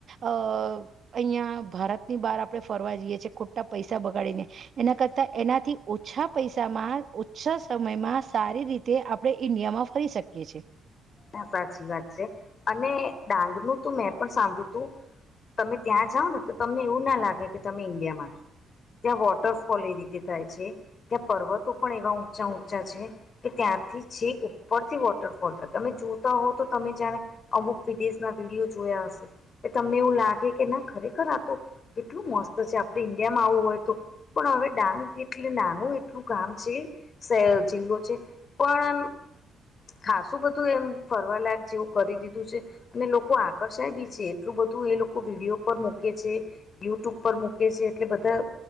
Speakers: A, on the right; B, on the left.
A: અ અહીંયા ભારતની બહાર આપડે ફરવા જઈએ છીએ ખોટા પૈસા બગાડીને એના કરતા એનાથી ઓછા પૈસામાં ઓછા સમયમાં સારી રીતે તે આપણે ઈન્ડિયામાં ફરી શકીએ છીએ
B: હા સાચી વાત છે અને ડાંગ નું તો મેં પણ સાંભળ્યું તું તમે ત્યાં જાઓ ને તો તમને એવું ના લાગે કે તમે ઇન્ડિયામાં છો ત્યાં વોટરફોલ એ રીતે થાય છે ત્યાં પર્વતો પણ એવા ઊંચા ઊંચા છે કે ત્યાંથી છેક ઉપરથી વોટરફોલ થતો તમે જોતા હોવ તો તમે જાણે અમુક વિદેશના વિડીિયો જોયા હશે કે તમને એવું લાગે કે ના ખરેખર આતો કેટલું મસ્ત છે આપણે ઇન્ડિયામાં આવવું હોય તો પણ હવે ડાંગ એટલે નાનું એટલું ગામ છે જિલ્લો છે પણ આમ ખાસ શું બધું એમ ફરવાલાક જેવું કરી દીધું છે અને લોકો આકર્ષાય બી છે એટલું બધું એ લોકો વિડીયો પર મૂકે છે યુટ્યુબ પર મૂકે છે એટલે બધા